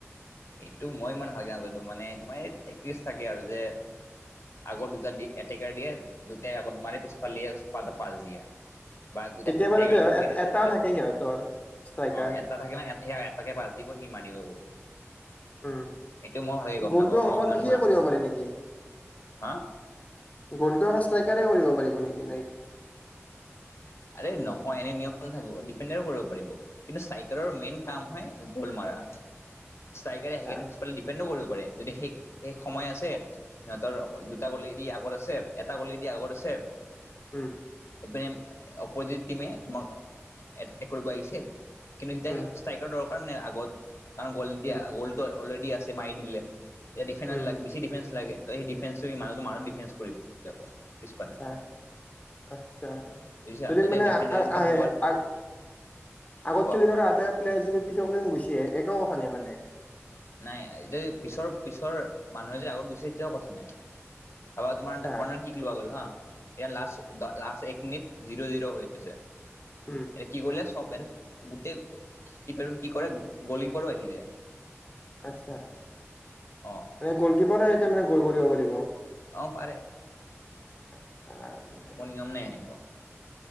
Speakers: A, on the left (about 65°); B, on the left (about 30°).
A: এইটো মই ইমান ভালকে নাজানো মানে তোমাৰ টেক্টিছ থাকে আৰু যে আগৰ দুটা দি এটেকাৰ দিয়ে দুটাই আগত মাৰি পিছফাল দিয়ে তাহাতক পাছ দিয়ে। বা দুটা
B: কেতিয়াবা
A: এটেকাৰ থাকে এটা
B: এটাও
A: এটা
B: থাকে সিহঁতৰ ষ্ট্ৰাইকাৰ
A: অ' এ এটা থাকে ন সেই এটাকে পাচ দিব সি মাৰিব গল।
B: উম
A: এইটো মই ভালকে গম
B: গ'লটো
A: নাপাওঁ মই
B: অকল
A: ইমানো
B: সিয়ে
A: নাজানো
B: কৰিব পাৰে
A: আৰু
B: নেকি?
A: হা
B: গ'লটো স্তাইকাৰ কৰিব পাৰিব নেকি নে কি?
A: আৰে নহয় এনে নিয়ম নাথাকিব ডিফেণ্ডৰও কৰিব পাৰিব। কিন্তু চাইকেলৰ মেইন কাম হয় গল মাৰা। ষ্ট্ৰাইকাৰে
B: আচ্ছা
A: আহি কেনি পিছফালে ডিফেণ্ডো কৰিব পাৰে যদি সেই সেই সময় আছে সিহঁতৰ দুটা গলে দি আগত আছে এটা গলে দি আগত আছে।
B: উম।
A: এপিনে অপজিত টিমে তোমাক এতেক কৰিব আহিছে কিন্তু সীতা
B: উম
A: সেই ষ্ট্ৰাইকাৰ দৰকাৰ নাই আগত কাৰণ গ'ল দিয়া
B: উম
A: গ'লটো অলৰেডি আছে মাৰি দিলে। এ ডিফেন্
B: উম
A: লাগে বেছি ডিফেন্স লাগে ত সেই ডিফেন্সটো মানুহটো মানুহটো ডিফেন্স কৰিব অকল। পিছফালে
B: আতছা আতচা।
A: বুজিছা
B: যদি
A: এতিয়া
B: মানে
A: ডিফেন্ড
B: আহ আহ আহে
A: হ'ব
B: আ আগত
A: কোৱা
B: খেলি থকা হাতে পিলে যদি পিছকলেও গুচি আহে একো কথা নাই মানে।
A: নাই এতিয়া যদি পিছৰ পিছৰ মানুহে যদি আগত গুচি আহে তেতিয়াও কথা নাই। ভাবা
B: আচ্ছা
A: তোমাৰ এটা কৰ্ণাৰ কিক লোৱা গল হা ইয়াৰ লাষ্ট দ লাষ্ট এক মিনিট জিৰ জিৰ হৈ আছে।
B: উম।
A: এ কি কৰিলে চব এটো গোটেই কি কৰে গল কীপাৰো আহি যায়।
B: আচছা মানে
A: অ
B: গলকিপাৰেও এতিয়া মানে গল কৰিব পাৰিব।
A: অ' পাৰে।
B: <unintelligible>
A: মোৰ নিয়ম নাই এনেকুৱা।